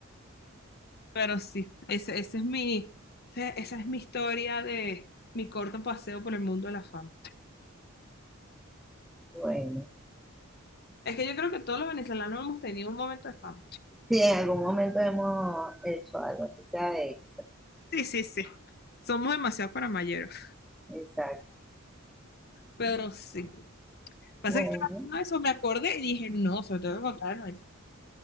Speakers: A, on the left; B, in the centre.
A: pero sí, ese, ese es mi, ese- esa es mi historia de mi corto paseo por el mundo de la fama.
B: Bueno.
A: Es que yo creo que todos los venezolanos hemos tenido un momento de fama.
B: Sí, en algún momento hemos hecho algo, así sea de extra.
A: Sí, sí, sí. Somos demasiado faramayeros.
B: Exacto.
A: Pero sí. Pasa
B: Bueno.
A: que estaba haciendo eso, me acordé y dije, no, se lo tengo que contar. No,